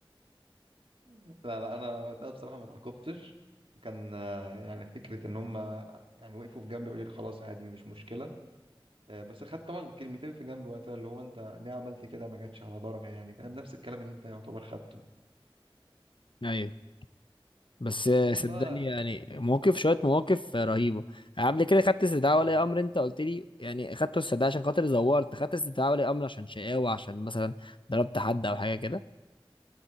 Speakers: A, on the right (about 70°); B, on the left (about 60°).
A: لا لا انا وقتها بصراحه ما اتعاقبتش كان آه، يعني فكره ان هم يعني وقفوا في جنبي وقالوا لي خلاص عادي مش مشكله آه، بس خدت طبعا كلمتين في جنبي وقتها اللي هو انت ليه عملت كده ما جاتش على درجه يعني فاهم نفس الكلام اللي انت يعتبر خدته
B: ايوه بس
A: كان ليك
B: صدقني
A: بقى
B: يعني مواقف شوية مواقف رهيبة قبل كده خدت استدعاء
A: اه
B: ولي أمر أنت قلت لي يعني خدت استدعاء عشان خاطر زورت خدت استدعاء ولي أمر عشان شقاوة عشان مثلا ضربت حد أو حاجة كده